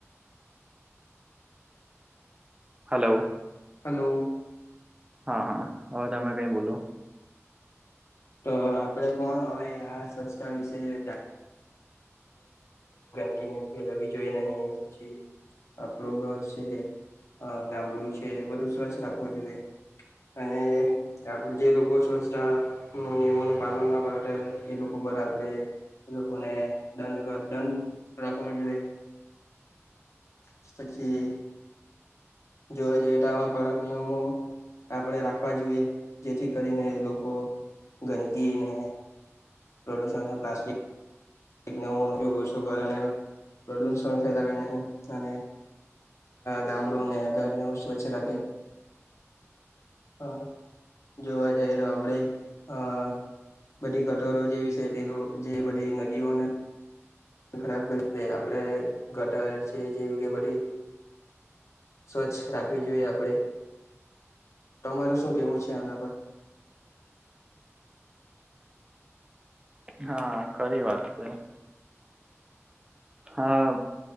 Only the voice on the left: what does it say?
હલો.
તો આપડે કોણ હવે આ સ્વચ્છતા વિશે જા બાકીને <unintelligible> જોઈએ નહીં પછી આપણું ઘર છે, અ ગામડું છે બધું સ્વચ્છ રાખવું જોઈએ અને આપણું જે લોકો સ્વચ્છતા નિયમોનું પાલન ન કરે એ લોકો પર આપણેે એ લોકોને દંડ ક દંડ રાખવા જોઈએ પછી જોવા જઈએ તો આવા કડક નિયમો આપણે રાખવા જોઈએ જેથી કરીને લોકો ગંદકીને પ્રોલ્યુષના પ્લાસ્ટિક ન ઉપયોગ ઓછો કર અને પ્રદૂષણ એવું ફેલાવે નહીં અને ગામડુંને ઘરને એવું સ્વચ્છ રાખે હ જોવા જાઈએ તો આપણે અ આ બધી ગટરો જે છે તે જે બધી ન જીવને ખરાબ કરી દેય આપણે ગટર છે જેવું કે બધી સ્વચ્છ રાખવી જોઈએ આપડે તમારું શું કેવું છે આના પર?